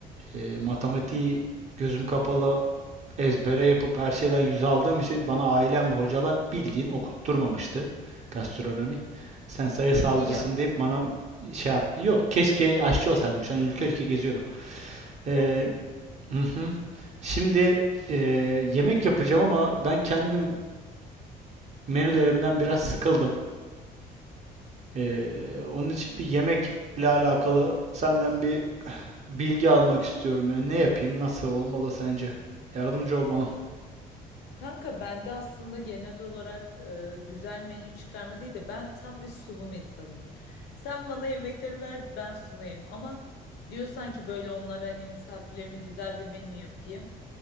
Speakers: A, on the right; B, on the left.
A: e, matematiği gözüm kapalı ezbere yapıp her şeyden yüz aldığım için bana ailem ve hocalar bildiğin okutturmamıştı gastronomi. Sen sayısalcısın
B: İyi yaptın.
A: deyip bana şey yaptı. Yok keşke aşçı olsaydım. Şu an ülke ülke geziyordum. Ee,
B: Gerçek.
A: hı hı. Şimdi e, yemek yapacağım ama ben kendim menülerimden biraz sıkıldım. Ee, onun için bir yemekle alakalı senden bir bilgi almak istiyorum. Yani ne yapayım, nasıl olmalı sence? Yardımcı ol bana.
B: Kanka bende aslında genel olarak e, güzel menü çıkarma değil de ben tam bir sunum insanıyım. Sen bana yemekleri ver ben sunayım ama diyorsan ki böyle onlara hani misafirlerime güzel bir menü yapayım.